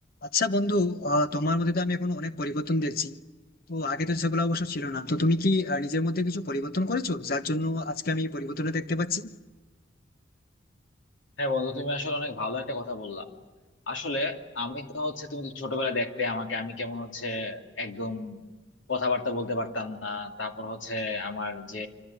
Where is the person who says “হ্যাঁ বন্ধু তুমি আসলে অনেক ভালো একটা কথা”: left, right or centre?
Left